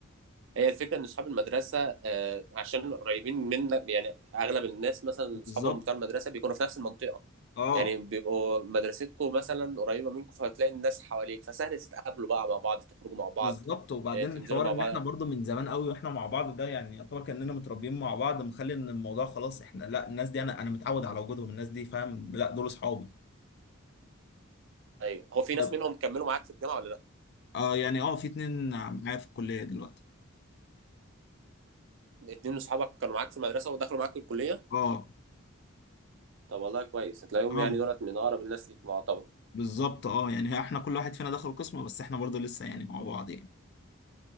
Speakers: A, on the right; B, on the left.
A: هي الفكره ان صحاب المدرسه آه، عشان قريبين منا يعني اغلب الناس مثلا اصحابهم
B: بالظبط
A: بتوع المدرسه بيكونوا في نفس المنطقه
B: اه
A: يعني بيبقوا مدرستكم مثلا قريبه منكم فهتلاقي الناس حواليك فسهل تتقابلوا بقى مع بعض تخرجوا مع بعض
B: بالظبط وبعدين
A: آه، تنزلوا
B: الحوار
A: مع
B: ان
A: بعض
B: احنا برضو من زمان قوي واحنا مع بعض ده يعني يعتبر كاننا متربيين مع بعض مخلي ان الموضوع خلاص احنا لا الناس دي انا انا متعود على وجودهم الناس دي فاهم لا دول اصحابي
A: ايوه هو في ناس
B: طب
A: منهم كملوا معاك في الجامعه ولا لا؟
B: اه يعني اه في اتنين معايا في الكليه دلوقتي
A: اتنين من صحابك كانوا معاك في المدرسه ودخلوا معاك الكليه
B: اه
A: طب والله كويس هتلاقيهم
B: اه
A: يعني دولت من اقرب الناس ليك معتبر
B: بالظبط اه يعني احنا كل واحد فينا دخل قسم بس احنا برضو لسه يعني مع بعض يعني